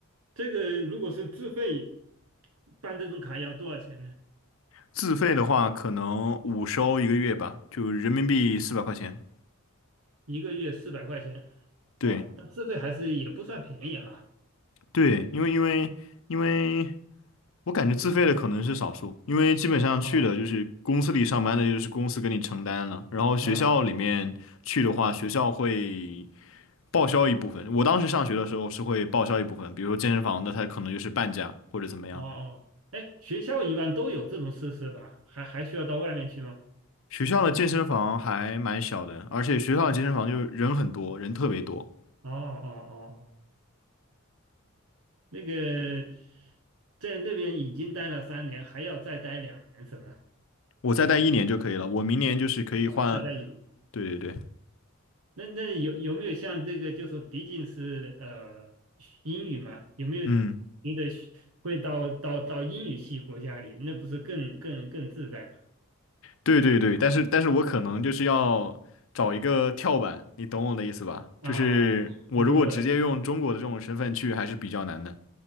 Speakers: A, on the right; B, on the left.
A: 这个如果是自费办这种卡要多少钱呢？
B: 自费的话，可能五收一个月吧，就人民币四百块钱。
A: 一个月四百块钱。
B: 对。
A: 哦，但自费还是也不算便宜哈。
B: 对，因为因为因为我感觉自费的可能是少数，因为基本上去的就是公司里上班的，
A: 哦，
B: 就是公司给你承担了，然后学校里面去的话，
A: 哦，
B: 学校会报销一部分。我当时上学的时候是会报销一部分，比如说健身房的，它可能就是半价或者怎么样。
A: 哦，哎，学校一般都有这种设施吧？还还需要到外面去吗？
B: 学校的健身房还蛮小的，而且学校的健身房就是人很多，人特别多。
A: 哦哦哦哦。那个在那边已经待了三年，还要再待两年，是不是？啊
B: 我再待一年就可以了，我明年就是可以换。
A: 啊，再待一年。
B: 对对对，
A: 那那有有没有像这个，就是毕竟是呃英语嘛，有没有觉得
B: 嗯。
A: 会到到到英语系国家里，那不是更更更自在吗？
B: 对对对，但是但是我可能就是要找一个跳板，你懂我的意思吧？
A: 啊，
B: 就是我如果直接用中国的这种身份去，
A: 不不不了
B: 还是比较难的。